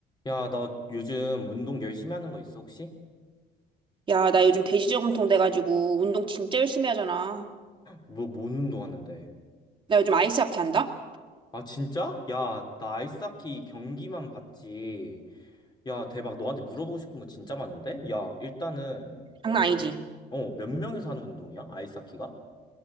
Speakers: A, on the left; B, on the right.
A: 야, 나 요즘 운동 열심히 하는 거 있어, 혹시?
B: 야, 나 요즘 돼지저금통 돼가지고 운동 진짜 열심히 하잖아.
A: 뭐, 뭔 운동 하는데?
B: 나 요즘 아이스하키 한다?
A: 아, 진짜? 야, 나 아이스하키 경기만 봤지. 야, 대박. 너한테 물어보고 싶은 거 진짜 많은데? 야, 일단은,
B: 장난 아니지?
A: 어, 몇 명이서 하는 운동이야? 아이스하키가?